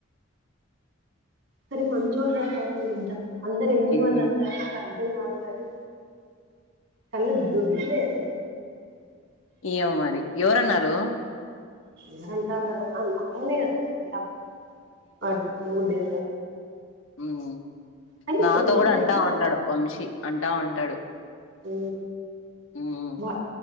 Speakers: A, on the right; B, on the left.
A: అరె మంచోడ్ర పాపం బిడ్డ అందరు ఎందుకు
B: హ్మ్.
A: అని అంటారు నాకు అర్ ప వాదు కానీ కల్ళ దుడ్దిద అలా
B: ఏయవ మరి ఎవరన్నారు
A: ఎరంటారు కదా మాముే కదా అంద అట్ ఊడే
B: హు ము
A: కానీ
B: నాతో
A: కొంతమంది
B: కూడా
A: వైట్స్
B: అంటా ఉంటాడు వంశీ అంటా ఉంటాడు
A: హ
B: ఉమ్
A: మా